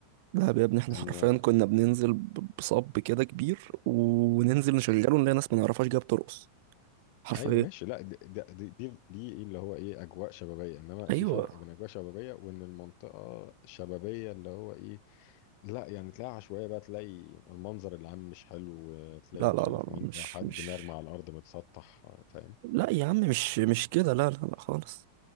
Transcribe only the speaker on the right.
دهب يا ابني احنا
حرفيا كنا بننزل ب- بصب كده كبير وننزل نشغله نلاقي ناس ما نعرفهاش جايه بترقص حرفيا
ايوه
لا
لا لا
لا،
مش
مش
لا يا عم مش مش كده لا لا لا خالص